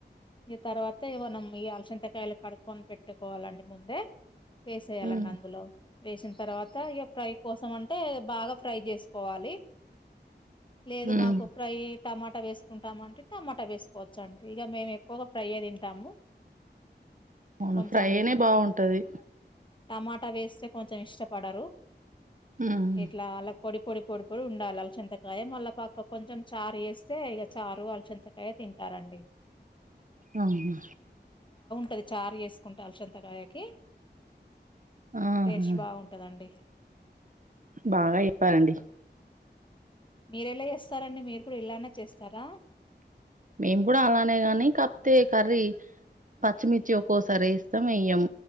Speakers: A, on the left; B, on the right.
A: ఇగ తర్వాత మనం ఈ అలసంతకాయలు కడుక్కొని పెట్టుకోవాలండి ముందే వేసేయాలండి
B: ఉమ్
A: అందులో వేసిన తర్వాత ఇక ఫ్రై కోసం అంటే బాగా ఫ్రై చేసుకోవాలి లేదు
B: ఉమ్,
A: మాకు ప్రై టమాటా వేసుకుంటామంటే టమాటా వేసుకోవచ్చు అండి ఇక మేము ఎక్కువగా ఫ్రై ఏ తింటాము
B: అవును
A: కొంచెం
B: ఫ్రై నే బాగుంటది
A: టమాటా వేస్తే కొంచెం ఇష్టపడరు
B: ఉమ్
A: ఇట్లా పొడి పొడి పొడి పొడి ఉండాలి అలసంతకాయ మళ్ళ పక్క కొంచెం చారు వేస్తే ఇక చారు అలసంతకాయ తింటారండి
B: అవునా
A: టది చారు చేసుకుంటే అలచంతకాయకి
B: ఆహా
A: టేస్ట్ బాగుంటదండి.
B: బాగా చెప్పారండి.
A: మీరెలా చేస్తారండి మీరు కూడా ఇలానే చేస్తరా.
B: మేం కూడా అలానే కానీ కప్తే కర్రీ పచ్చిమిర్చి ఒక్కోసారి ఎస్తం ఎయ్యం.